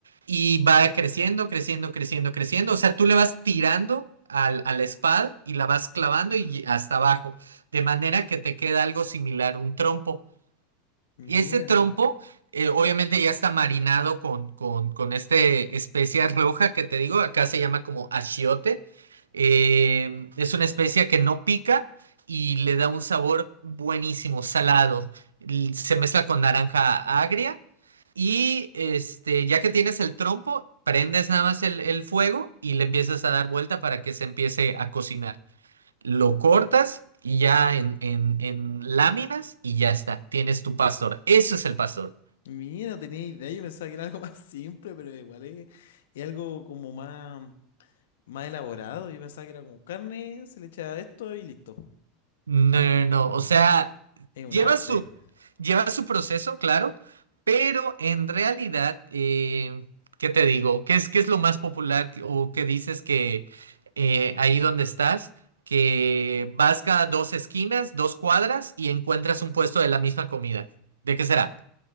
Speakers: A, on the right; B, on the left.
A: y va creciendo, creciendo, creciendo, creciendo. O sea, tú le vas tirando al- a la espada y la vas clavando y hasta abajo, de manera que te queda algo similar, un trompo.
B: Mira,
A: Y este trompo, eh, obviamente ya está marinado con, con, con esta especia <laughs> roja que te digo, acá se llama como achiote. Eh, es una especia que no pica y le da un sabor buenísimo, salado. L- Se mezcla con naranja agria y este, ya que tienes el trompo, prendes nada más el, el fuego y le empiezas a dar vuelta para que se empiece a cocinar lo cortas y ya en, en, en láminas y ya está, tienes tu pastor. Eso es el pastor.
B: mira, no tenía idea, yo pensaba que era algo <laughs> más simple, pero igual es, es algo como más, más elaborado. Yo pensaba que era como carne, se le echa esto y listo.
A: No, no, no, o sea,
B: Es un
A: lleva
B: arte.
A: su, lleva su proceso, claro, pero en realidad, eh, ¿qué te digo? ¿Qué es, qué es lo más popular que- o qué dices que eh, ahí donde estás? que vas cada dos esquinas, dos cuadras y encuentras un puesto de la misma comida. ¿De qué será?